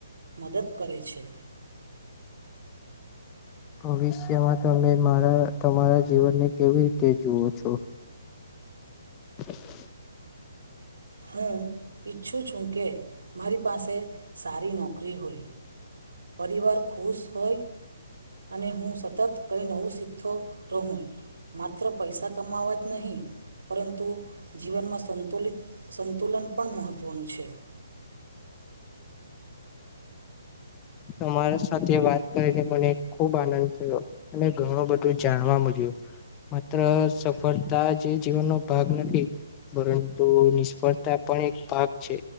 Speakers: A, on the right; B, on the left.
A: મદદ કરે છે.
B: ભવિષ્યમાં તમે મારા તમારા જીવનને કેવી રીતે જુઓ છો? <inaudible>
A: હું ઈચ્છું છું કે મારી પાસે સારી નોકરી હોય પરિવાર ખુશ હોય, અને હું સતત કંઈ નવું શીખતો રહું. માત્ર પૈસા કમાવા જ નહીં, પરંતુ જીવનમાં સંતુલિત સંતુલન પણ મહત્ત્વનું છે.
B: તમારા સાથે વાત કરીને મને ખૂબ આનંદ થયો, અને ઘણું બધું જાણવા મળ્યું માત્ર સફળતા જે જીવનનો ભાગ નથી, પરંતુ નિષ્ફળતા પણ એક ભાગ છે,